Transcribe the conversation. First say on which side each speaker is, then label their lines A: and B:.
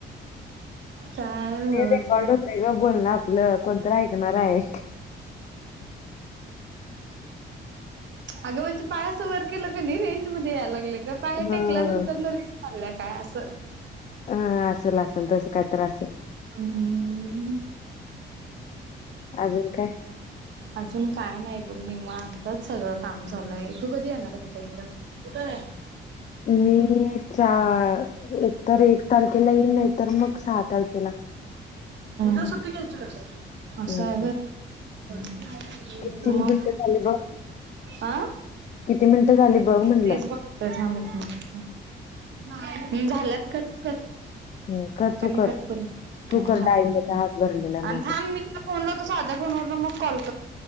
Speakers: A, on the right; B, on the left.
A: काय नव्हच
B: रेकॉर्ड
A: रे
B: होते ग बोलण आपलं कोणत ऐकणार आहे
A: अगं म्हणजे पाया वर केलं का नाही रेंज मध्ये यायला लागलं का पाहेर
B: हं
A: टेकल्या नंतर न रेंज ल्या काय असं
B: अम असेल असल तसं काय तर असल.
A: ह
B: अजून काय
A: अजून काय नाही बघ नि मानताच सगळं काम चालय तू कधी येणार आहे स्वतः इकड कुठ आहे
B: मी च एकतर एक तारखेला येईन नाही तरर मग सहा तारखेला
A: ह्ट घ असा्
B: हम्म
A: म
B: किती मिनिटं झाली बघ
A: आा
B: किती मिनिटं झाली बघ म्हणलं
A: तेच बघत म एक मिनिट झालात क कर
B: हम्म कर
A: कमी
B: तू कर
A: कट करू
B: तू कर
A: थांब
B: डाळिंबाचा
A: थांब
B: हात भरलेला आहे माझा
A: मी फनला होत साधा फ मग कॉ